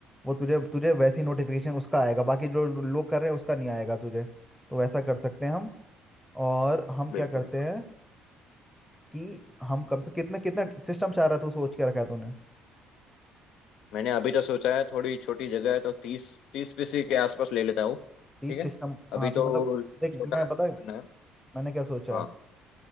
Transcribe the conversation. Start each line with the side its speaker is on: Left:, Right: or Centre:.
Centre: वो तुझे तुझे वैसी नोटिफिकेशन उसका आएगा बाकी जो लो- लोग कर रहे हैं उसका नहीं आएगा तुझे तो वैसा कर सकते हैं हम और हम क्या
Left: बिल्कुल
Centre: करते हैं कि हम कम से कितने कितने सिस्टम चाह रहा तू सोच के रखा है तूने
Left: मैंने अभी तो सोचा है थोड़ी छोटी जगह है तो तीस तीस पीसी के आसपास ले लेता हूँ
Centre: तीस
Left: ठीक है
Centre: सिस्टम
Left: अभी
Centre: हाँ
Left: तो
Centre: तो मतलब देख
Left: छोटा
Centre: मैं बता
Left: शुरू करना है
Centre: मैंने क्या सोचा
Left: हाँ
Centre: है